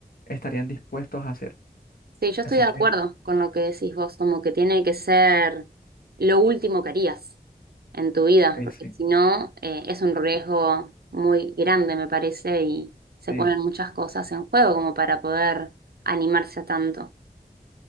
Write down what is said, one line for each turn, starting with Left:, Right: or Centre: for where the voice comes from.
Left: estarían dispuestos a hacer.
Right: Sí, yo
Left: Así
Right: estoy de
Left: que,
Right: acuerdo con lo que decís vos, como que tiene que ser lo último que harías en tu vida,
Left: ok,
Right: porque
Left: sí,
Right: si no, eh, es un riesgo muy grande, me parece, y se
Left: sí,
Right: ponen muchas cosas en juego como para poder animarse a tanto.